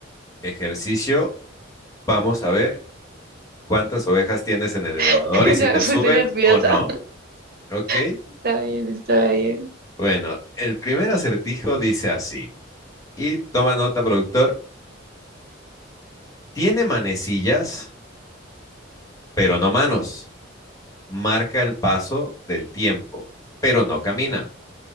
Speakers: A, on the left; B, on the right.
A: ejercicio vamos a ver cuántas ovejas tienes en el elevador
B: <laughs> ya
A: y si
B: me
A: te
B: puse
A: suben
B: nerviosa.
A: o no, ¿ok?
B: <laughs> Está bien, está bien.
A: Bueno, el primer acertijo dice así, y toma nota, productor, Tiene manecillas, pero no manos. Marca el paso del tiempo, pero no camina.